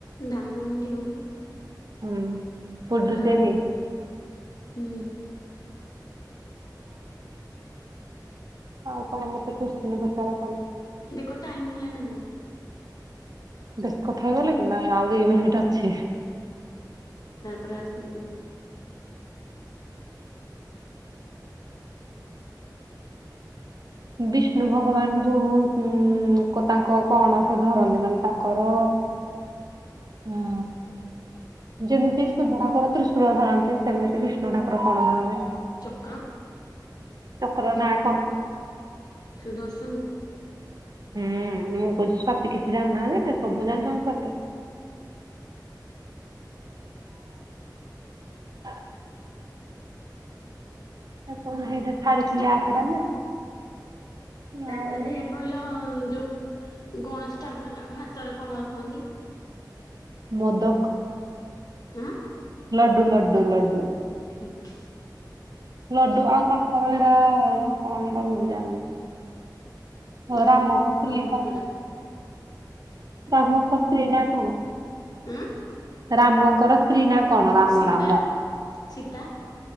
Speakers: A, on the left; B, on the right.
A: ଧାମଡ଼ି ହୋଉ।
B: ହୁଁ। ପୁଡୁଚେରୀ
A: ବୁରା ଆଉ ହୁଁ।
B: ଆଉ କଣ ମତେ କଶିନୀ ପଚାର ତମେ?
A: ଦେଖ ଟାଇମ ହେଲା ନା ନାଇଁ?
B: ବେଶୀ କଥା ହେଇଗଲେ କି ନାଇଁ ଆଉ ଦୁଇ ମିନିଟ ଅଛି।
A: ତାପରେ ଉ
B: ବିଷ୍ଣୁ ଭଗବାନ ଯୋଉ ଉ ତାଙ୍କ କଣ ସେ ଧରନ୍ତି ମାନେ ତାଙ୍କ କର ଉ ଯେମିତି ସେ ଶିବଙ୍କର ତ୍ରିଶୂଳ ଧରନ୍ତି ସେମିତି ବିଷ୍ଣୁ ଠାକୁର କଣ ଧରନ୍ତି?
A: ଚକ୍ର।
B: ଚକ୍ର ନାଁ କଣ?
A: ସୁଦର୍ଶନ।
B: ହୁଁ ମୁଁ କହୁଛିି ସତୀ କିଛି ଜାଣିନାହାନ୍ତି ନା ସବୁ ଜାଣିଛନ୍ତି ସତୀ। ଆ ତା କଣ ହେଇଟା ଛାଡିଥିଲେ ଆପ ଟା ଯେ
A: ତାପରେ
B: ଆଉ
A: ଦେହ କହିଲ ଯୋଉ ଗଣେଶ ଠାକୁର ତାଙ୍କ ହାତରେ କଣ ଧରନ୍ତି?
B: ମଦକ
A: ଆଁ
B: ଲଡୁ ଲଡୁ ଲଡୁ।
A: ଠିକ।
B: ଲଡୁ ଆଉ ତାଙ୍କର ଏଇଟା କଣ ସେଟା ମୁଁ ବି ଜାଣିନି। ହଁ,
A: ଡମ୍ବୁରୁ
B: ରାମଙ୍କ ସ୍ତ୍ରୀ
A: ଡମ୍ବୁରୁ ଯୋଉଟା।
B: କାମ ଖସୁରି ନା କଣ?
A: ଉଁ
B: ରାମଙ୍କର ସ୍ତ୍ରୀ ନା କଣ ରାମ
A: ସୀତା
B: ରାମ?
A: ସୀତା